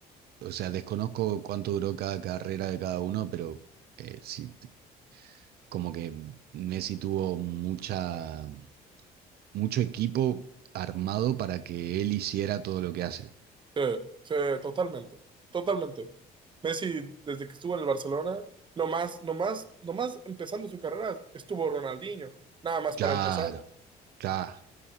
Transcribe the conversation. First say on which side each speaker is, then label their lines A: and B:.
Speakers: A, on the right (about 70°); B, on the right (about 30°).
A: o sea, desconozco cuánto duró cada carrera de cada uno, pero eh, sí, t- como que Messi tuvo mucha mucho equipo armado para que él hiciera todo lo que hace.
B: Sí, sí, totalmente, totalmente. Messi, desde que estuvo en el Barcelona, nomás, nomás, nomás empezando su carrera, estuvo Ronaldinho, nada más
A: Claro,
B: para empezar. <laughs>
A: claro.